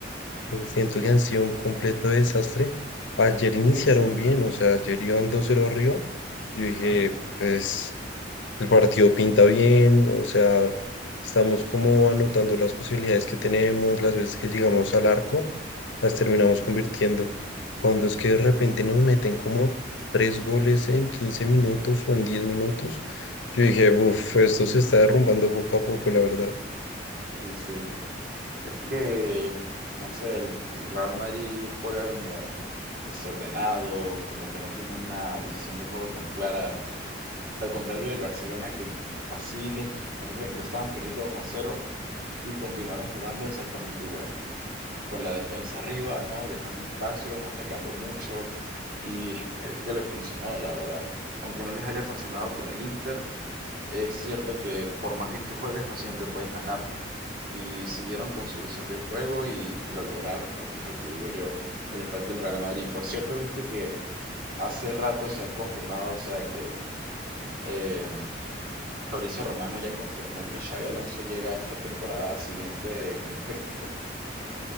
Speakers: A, on the left (about 80°); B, on the right (about 50°).
A: siento que han sido un completo desastre. Ayer iniciaron
B: Sí, sí.
A: bien, o sea, ayer iban dos cero arriba. Yo dije,
B: Ajá,
A: pues... El partido pinta bien, o sea, estamos como anotando las posibilidades que tenemos, las veces que llegamos al arco, las
B: ajá.
A: terminamos convirtiendo. Cuando es que de repente nos meten como tres goles en 15 minutos o en 10 minutos, yo dije, uff, esto se está derrumbando poco a poco, la verdad.
B: Sí, sí. Es que, no sé, el Real Madrid juega como desordenado, como que no tiene una visión de juego tan clara. Al contrario del Barcelona, que así les, por ejemplo, estaban perdiendo 2 a cero y continuaron jugando exactamente igual, con la defensa arriba, ¿no? Dejando espacios, atacando mucho y <laughs> es que les funcionó, la verdad. Aunque no les haya funcionado con el Inter, es cierto que por más bien que juegues, no siempre puedes ganar. Y siguieron con su visión del juego y, y lo lograron, ¿no? Que es lo que digo yo, que le falta el Real Madrid. Por cierto, viste que hace rato se ha confirmado, o sea, que em, Fabricio Romano ya confirmó que Xabi Alonso llega esta temporada siguiente como técnico.